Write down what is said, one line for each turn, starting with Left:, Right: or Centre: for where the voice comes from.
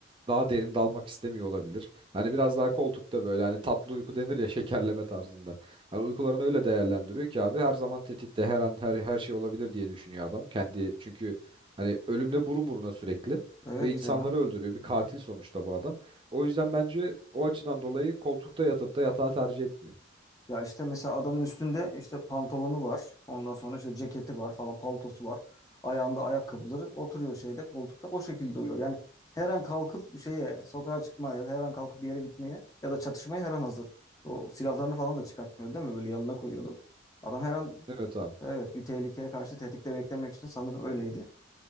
Right: daha derin dalmak istemiyor olabilir. Hani biraz daha koltukta böyle hani tatlı uyku denir ya şekerleme tarzında. Hani uykularını öyle değerlendiriyor ki abi her zaman tetikte her an her her şey olabilir diye düşünüyor adam. Kendi çünkü hani ölümle burun buruna sürekli
Left: Evet
Right: ve insanları
Left: ya.
Right: öldürüyor. Bir katil sonuçta bu adam. O yüzden bence o açıdan dolayı koltukta yatıp da yatağı tercih etmiyor.
Left: Ya işte mesela adamın üstünde işte pantolonu var. Ondan sonra işte ceketi var falan, paltosu var. Ayağında ayakkabıları. Oturuyor şeyde koltukta o şekilde uyuyor. Yani her an kalkıp şeye sokağa çıkmaya ya da her an kalkıp bir yere gitmeye ya da çatışmaya her an hazır. O silahlarını falan da çıkartmıyor değil mi? Böyle yanına koyuyordu. Adam her an
Right: Evet abi.
Left: evet bir tehlikeye karşı tetikte beklemek için sanırım öyleydi.